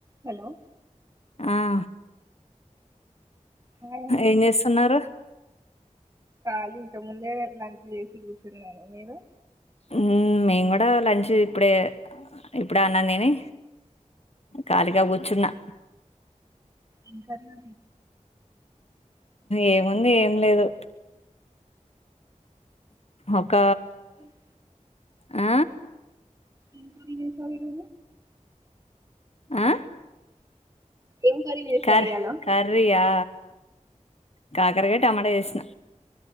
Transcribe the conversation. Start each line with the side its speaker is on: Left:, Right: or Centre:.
Right: Hello
Left: ఆా
Right: hi అండి
Left: ఏం చేస్తున్నారు
Right: కాలీ ఇంక ముందే లంచ్ చేసి కూర్చున్నాను మీరు
Left: హు మేము కూడా లంచ్ ఇప్పుడే ఇప్పుడే అన్నం తిని ఖాళీగా కూర్చున్నా
Right: ఎంకర్రి
Left: ఏముంది ఏం లేదు ఒక
Right: సర
Left: ఆ
Right: ఇన్పిలేదా సరిగా
Left: ఆ
Right: ఏం కర్రీ చేశారు
Left: కార్
Right: ఇయ్యాల
Left: కర్రీ ఆ కాకరకాయ్ టమాటా చేసిన